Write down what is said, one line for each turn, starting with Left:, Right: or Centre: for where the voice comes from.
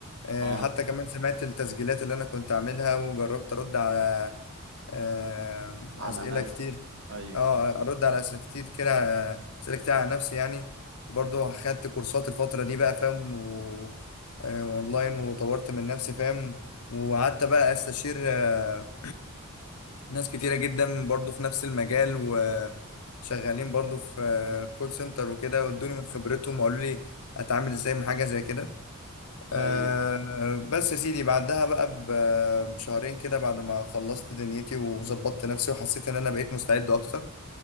Left: آه،
Right: اه
Left: حتى كمان سمعت التسجيلات اللي انا كنت عاملها وجربت ارد على آه،
Right: على
Left: أسئلة
Right: ناس
Left: كتير
Right: ايوه
Left: اه أرد على أسئلة كتير كده آه، أسئلة كتير على نفسي يعني برضو خدت كورسات الفترة دي بقى فاهم و... آه، أونلاين وطورت من نفسي فاهم وقعدت بقى أستشير آه، ناس كتيرة جدا برضو في نفس المجال وشغالين برضو في كول سنتر وكده وادوني من خبرتهم وقالوا لي أتعامل إزاي مع حاجة زي كده أه
Right: ايوه
Left: بس يا سيدي بعدها بقى ب- بشهرين كده بعد ما خلصت دنيتي وظبطت نفسي وحسيت ان انا بقيت مستعد اكتر